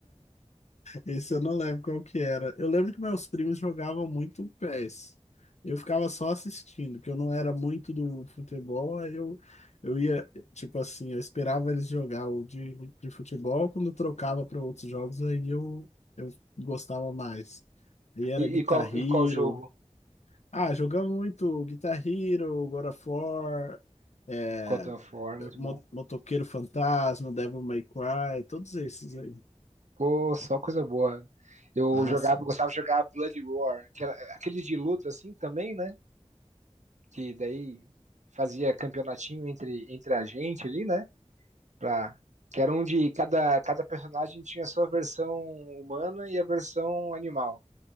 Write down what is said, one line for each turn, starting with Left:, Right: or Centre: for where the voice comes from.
Left: Esse eu não lembro qual que era. Eu lembro que meus primos jogavam muito PES. Eu ficava só assistindo, porque eu não era muito do futebol, aí eu, eu ia, tipo assim, eu esperava eles jogar o de, de futebol, quando trocava para outros jogos, aí eu, eu gostava mais. Aí era
Right: E,
Left: Guitar
Right: e qual,
Left: Hero.
Right: e qual jogo?
Left: Ah, jogamos muito Guitar Hero, God of War, é,
Right: God of War, muito
Left: Mo-
Right: bom.
Left: Motoqueiro Fantasma, Devil May Cry, todos esses aí.
Right: Pô, só coisa boa. Eu
Left: Ah,
Right: jogava,
Left: sim,
Right: gostava de jogar Blood Roar, que era- aquele de luta assim também, né? Que daí fazia campeonatinho entre, entre a gente ali, né? Pra, que era um de cada, cada personagem tinha a sua versão humana e a versão animal.